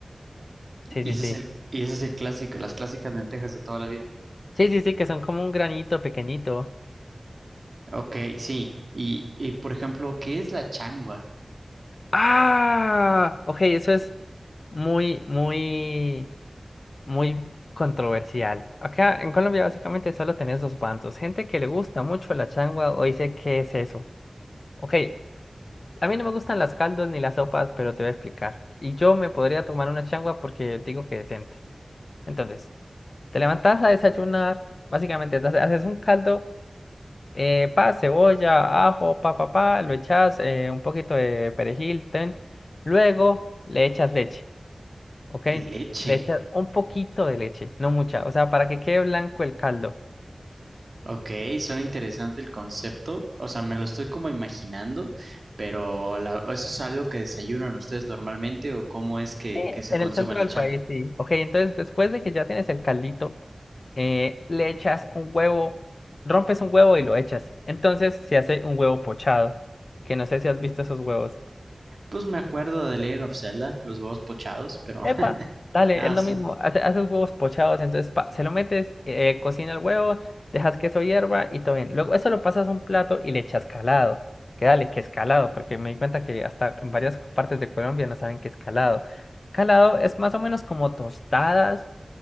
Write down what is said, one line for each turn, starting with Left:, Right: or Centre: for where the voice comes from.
Left: Sí,
Right: Y
Left: sí,
Right: ese
Left: sí.
Right: es el, y ese es el clásico, las clásicas lentejas de toda la vida.
Left: Sí, sí, sí, que son como un granito pequeñito.
Right: Ok, sí. Y, y por ejemplo, ¿qué es la changua?
Left: Ah, ok, eso es muy, muy... muy controversial. Acá en Colombia básicamente solo tenés dos bandos, gente que le gusta mucho la changua o dice, ¿qué es eso? Ok, a mí no me gustan las caldos ni las sopas, pero te voy a explicar. Y yo me podría tomar una changua porque digo que decente. Entonces, te levantás a desayunar, básicamente te hace- haces un caldo, eh, pa, cebolla, ajo, pa, pa, pa, lo echas, eh, un poquito de perejil, ten. Luego le echas leche. ¿ok?
Right: Leche.
Left: Le echas un poquito de leche, no mucha, o sea, para que quede blanco el caldo.
Right: Ok, suena interesante el concepto. O sea, me lo estoy como imaginando, pero la- ¿eso es algo que desayunan ustedes normalmente o cómo es que,
Left: Sí,
Right: que se
Left: en
Right: consume
Left: el centro
Right: la
Left: del
Right: changua?
Left: país, sí. Ok, entonces después de que ya tienes el caldito, eh, le echas un huevo, rompes un huevo y lo echas. Entonces se hace un huevo pochado, que no sé si has visto esos huevos.
Right: Pues me acuerdo de Legend of Zelda, los huevos pochados, pero <laughs>
Left: Epa, dale,
Right: nada,
Left: es lo
Right: sí.
Left: mismo. hace- Haces huevos pochados, entonces pa, se lo metes, eh, cocina el huevo, dejas queso hierba y todo bien. Luego eso lo pasas a un plato y le echas calado. Que dale, que es calado, porque me di cuenta que hasta en varias partes de Colombia no saben qué es calado. Calado es más o menos como tostadas,